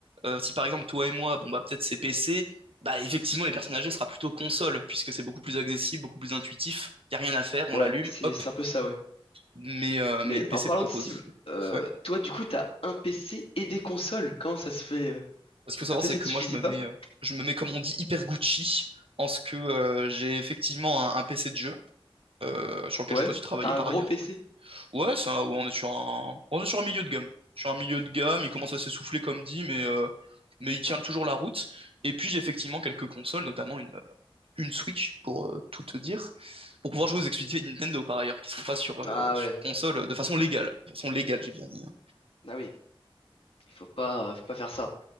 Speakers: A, on the right (about 75°); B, on the left (about 75°).
A: Euh, si par exemple toi et moi, bon bah peut-être c'est PC, bah effectivement les personnes âgées sera plutôt console, puisque c'est beaucoup plus accessible, beaucoup plus intuitif, il n'y a rien à faire, on
B: Ouais,
A: l'allume,
B: c'est
A: hop,
B: c'est un peu ça, ouais.
A: mais, euh,
B: Mais
A: mais le PC
B: en parlant
A: propose.
B: de cible, euh,
A: Ouais.
B: toi, du coup, t'as un PC et des consoles. Comment ça se fait? euh
A: Ce qu'il faut savoir,
B: Un PC
A: c'est que
B: te suffisait
A: moi je me
B: pas?
A: mets, euh, je me mets comme on dit hyper Gucci en ce que euh, j'ai effectivement un, un PC de jeu euh, sur lequel
B: Ouais,
A: je peux aussi travailler
B: t'as
A: par
B: un gros
A: ailleurs.
B: PC.
A: Ouais, ça, ouais, on est sur un, on est sur un milieu de gamme. Sur un milieu de gamme, il commence à s'essouffler comme dit, mais, euh, mais il tient toujours la route. Et puis j'ai effectivement quelques consoles, notamment une, euh, une Switch pour euh, tout te dire, pour pouvoir jouer aux exclusivités Nintendo par ailleurs, qui sont pas sur, euh,
B: Ah
A: sur
B: ouais,
A: console euh, de façon légale. De façon légale, j'ai bien dit. hein.
B: ah oui, il faut pas, faut pas faire ça.